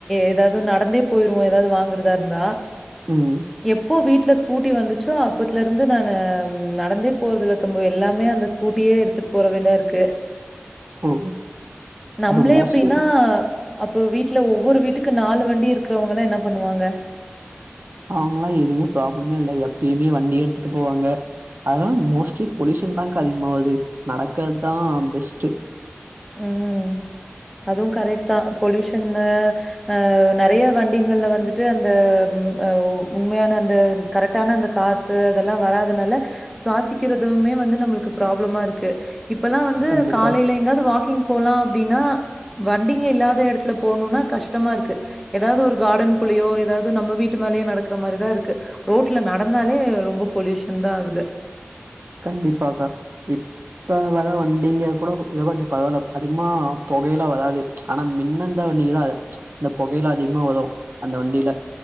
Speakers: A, in the centre; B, on the right.
A: ஏதாது நடந்தே போய்ருவோ ஏதாவது வாங்கறதா இருந்தா
B: ம்
A: எப்போ வீட்ல கூட்டி வந்துச்சோ அப்பத்ல இருந்து நானு நடந்தே போறதல்ல தம்பி எல்லாமே அந்த ஸ்கூட்டியே எடுத்துட்டு போற வேண்டா இருக்கு
B: ஓ
A: நம்ளே
B: இப்ப மோஸ்ட்லி
A: இப்டின்னா அப்போ வீட்ல ஒவ்வொரு வீட்டுக்கு நாலு வண்டி இருக்கறவங்கல்லா என்ன பண்ணுவாங்க
B: அவுங்களா எதுவுமே ப்ராப்ளமே இல்ல எப்பயுமே வண்டியே எடுத்துட்டு போவாங்க அதனால மோஸ்ட்லி பொல்யூஷன்தாகா அதிகமாவுது நடக்கதுதா பெஸ்டு
A: ம் அதுவு கரெட்டுதா பொல்யூஷன்னு அ நெறைய வண்டிங்கள்ல வந்துட்டு அந்த அ உண்மையான அந்த கரெட்டான அந்த காத்து அதெல்லா வராதுனால சுவாசிக்கிறதும் இன்னுமே வந்து நம்ளுக்கு ப்ராப்ளமா இருக்கு இப்பல்லா வந்து
B: கண்டிப்பா
A: காலைல எங்காவது வாக்கிங் போலா அப்டின்னா வண்டிங்க இல்லாத எடத்துல போணும்னா கஷ்டமா இருக்கு ஏதாது ஒரு கார்டன் குள்ளயோ ஏதாது நம்ம வீட்டு மேலயே நடக்ற மாரிதா இருக்கு ரோட்ல நடந்தாலே ரொம்ப பொல்யூஷன்தா ஆகுது <inaudible> <unintelligible>
B: கண்டிப்பாக்கா இப் இப்ப வர வண்டிங்க கூட ஏதோ கொஞ்ச பரவால்ல அதிகமா பொகையல்லா வராது ஆனா மின்னந்த பண்ணிக்குதா அத இந்த பொகைல அதிகமா வரு அந்த வண்டில